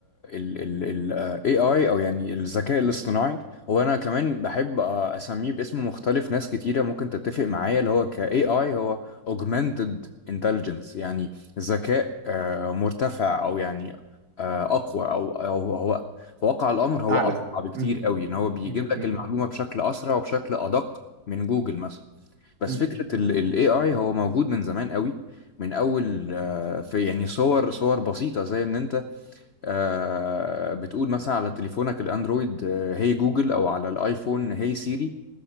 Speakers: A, on the left (about 65°); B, on the right (about 65°).
A: ال ال ال AI او يعني الذكاء الاصطناعي هو انا كمان بحب اسميه باسم مختلف ناس كتيرة ممكن تتفق معايا اللي هو ك AI هو augmented intelligence يعني ذكاء آه، مرتفع او يعني آه، اقوى او او هو في واقع الامر هو
B: اعلى
A: اسرع بكتير
B: مم،
A: قوي ان هو بيجيب
B: مم،
A: لك
B: مم،
A: المعلومة بشكل اسرع وبشكل ادق من جوجل مثلا بس
B: مم،
A: فكرة ال ال AI هو موجود من زمان قوي من اول آه، في يعني صور صور بسيطه زي ان انت آه، بتقول مثلا على تليفونك الاندرويد آه، هي جوجل او على الايفون هي سيري